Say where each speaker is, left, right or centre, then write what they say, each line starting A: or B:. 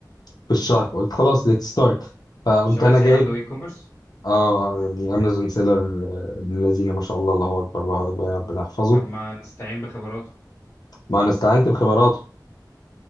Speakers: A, on the left; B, on the left.
A: في الشهر فقلت خلاص let's start فقمت
B: شباسي
A: انا جايب
B: عنده اي كوميرس
A: اه يعني امازون سيلر ابن الذين ما شاء الله الله اكبر الله اكبر يا ربنا يحفظه
B: طب ما نستعين بخبراته
A: ما انا استعنت بخبراته